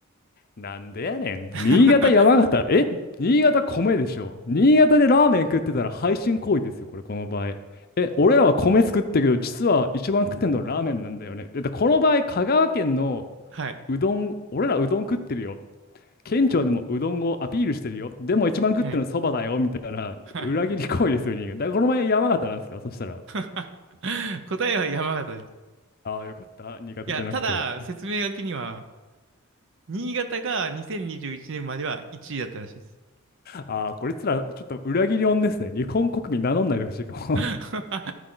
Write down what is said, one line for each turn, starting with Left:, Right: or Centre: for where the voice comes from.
Left: なんでやねん。
Right: <laughs>
Left: 新潟、山形。
Right: は
Left: え、新潟米でしょ。新潟でラーメン食ってたら配信行為ですよ、これ、この場合。え、俺らは米作ってるけど、実は一番食ってんのラーメンなんだよね。だってこの場合、香川県の
Right: い。
Left: うどん、俺らうどん食ってるよ。県庁でもうどんをアピールしてるよ。でも一番食ってるのそばだよ、
Right: はい。
Left: みたいな裏切り行為ですよ、
Right: はい。
Left: 新潟。だからこの前山形なんですか、そしたら。
Right: <laughs> 答えは山形です。
Left: ああ、よかった。新潟じゃなくて。
Right: いや、ただ、説明書きには、新潟が2021年までは1位だったらしいです。
Left: ああ、こいつら、ちょっと裏切り音ですね。日本国民名乗んないでほしいかも。
Right: <laughs>